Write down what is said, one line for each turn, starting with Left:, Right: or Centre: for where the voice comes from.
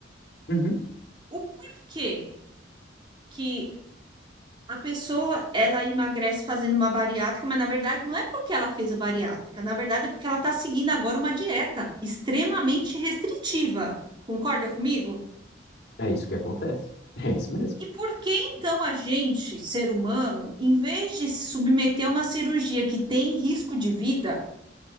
Left: Uhum,
Right: o porquê que a pessoa ela emagrece fazendo uma bariátrica, mas na verdade não é porque ela fez a bariátrica, na verdade é porque ela está seguindo agora uma dieta extremamente restritiva. Concorda comigo?
Left: É isso que acontece. É isso mesmo.
Right: E por que então a gente, ser humano, em vez de se submeter a uma cirurgia que tem risco de vida,